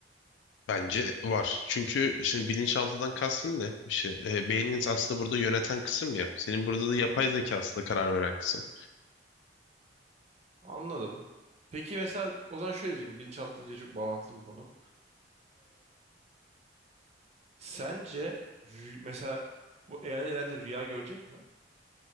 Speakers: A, on the left; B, on the right.
A: Bence var. Çünkü şimdi bilinçaltından kastın ne? İşte, e, beyniniz aslında burada yöneten kısım ya. Senin burada da yapay
B: Hı hı.
A: zeka aslında karar veren kısım.
B: Anladım. Peki mesela o zaman şöyle diyeyim. Bilinçaltı deyince çok bağlantılı bir konu. Sence rü- mesela bu eğer ileride rüya görecek mi?